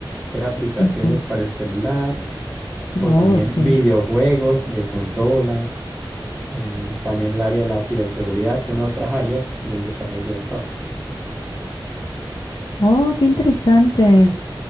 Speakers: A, in the centre; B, on the left.
A: hacer aplicaciones
B: Ujú.
A: para el celular
B: Oh,
A: o también
B: sí.
A: videojuegos de consola, eh, también el área de la ciberseguridad son otras áreas del desarrollo de software.
B: Oh, qué interesante.